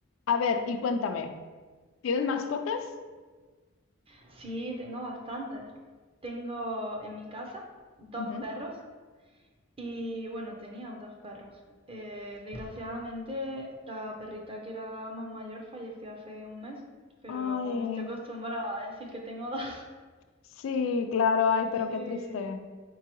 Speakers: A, on the left (about 75°); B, on the right (about 30°).
A: A ver, y cuéntame, ¿tienes mascotas?
B: Sí, tengo bastantes. Tengo en mi casa dos
A: Ujú.
B: perros y bueno, tenía dos perros. Eh, desgraciadamente la perrita que era más mayor falleció hace un mes, pero
A: Ay,
B: como que estoy acostumbrada a decir que tengo dos.
A: sí, claro, ay,
B: <laughs>
A: pero
B: Sí,
A: qué triste.